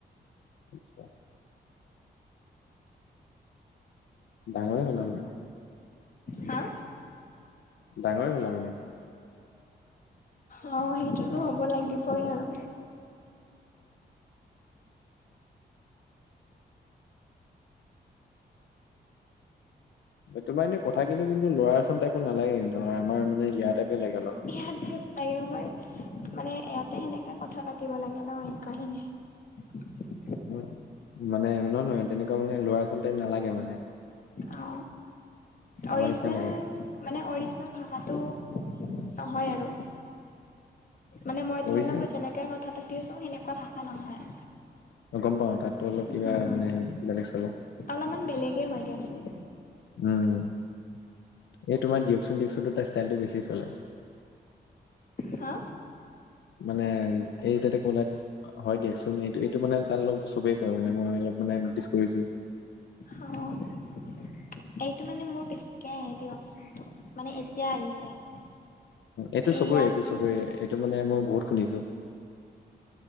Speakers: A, on the left; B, on the left.
A: আচছা। ডাঙৰ এ হ'লা মানে।
B: হা
A: ডাঙৰ এ হ'লা মানে।
B: অ' সেইটোতো হ'ব লাগিবই আৰু।
A: তোমাৰ এনেই কথা কিন্তু কিন্তু ল'ৱাৰ আচম টাইপৰ নালাগে কিন্তু আমাৰ মানে ইয়াৰ টাইপৰ লাগে অলপ।
B: <unintelligible> মানে ইয়াতে সেনেকাে কথা পাতিব লাগে ন সেইকাৰণে <inaudible>
A: উম, মানে নহয় নহয় তেনেকুৱা মানে লৱাৰ আচাম টাইপ নালাগে মানে।
B: অ
A: আমাৰ
B: অৰিজিনেল
A: নিচিনা লাগে
B: মানে অৰিজিনেল ভাষাটো নহয় আৰু। মানে মই তোমাৰ
A: অৰিজিনেল
B: লগত যেনেকে কথা পাতি আছোঁ সেনেকুৱা ভাষা নহয়।
A: অ', গম পাওঁ তাতটো অলপ কিবা
B: উম উম
A: মানে বেলেগ চলে।
B: অলপমান বেলেগেই হয় দিয়কচোন।
A: উম। এই তোমাৰ দিয়কচোন দিয়কচোনটো তাৰ ষ্টাইলটো বেছি চলে।
B: হা?
A: মানে এই তাতে কলা হয় দিয়কচোন এইটো এইটো মানে তাত অলপ চবেই কয় মানে মই অলপ মানে নটিচ কৰিছো।
B: অ'। এইটো মানে মোৰ বেছিকে আহে দিয়কচোনটো মানে এতিয়া আহিছে।
A: এইটো
B: এই
A: চবৰে
B: ইয়াত
A: এইটো চবৰে এইটো মানে মই বহুত শুনিছো।